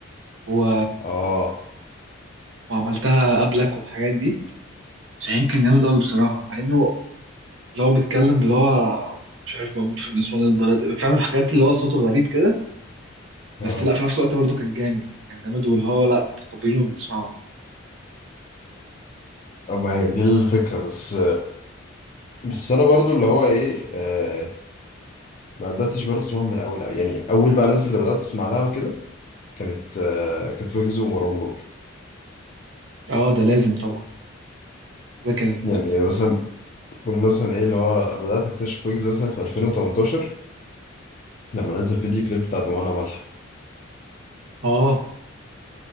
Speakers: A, on the right; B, on the left.
A: و...
B: اه
A: وعملتها قبلك والحاجات دي شاهين كان جامد قوي بصراحه مع انه اللي هو بيتكلم اللي هو مش عارف موجود في نسوان البلد فاهم الحاجات اللي هو صوته غريب كده بس
B: اه
A: لا في نفس الوقت برضه كان جامد كان جامد واللي هو لا متقبلينه وبنسمعه
B: آه، ما هي دي الفكره بس بس انا برضو اللي هو ايه آه ما بداتش برضه اسمعها من الاول أوي. يعني اول بقى الناس اللي بدات اسمع لها وكده كانت آه كانت ويجز ومروان بابلو
A: اه ده لازم طبعا كده كده
B: يعني مثلا بقول مثلا ايه اللي هو بدات اكتشف ويجز مثلا في 2018 لما نزل فيديو كليب بتاع دموعنا ملح
A: اه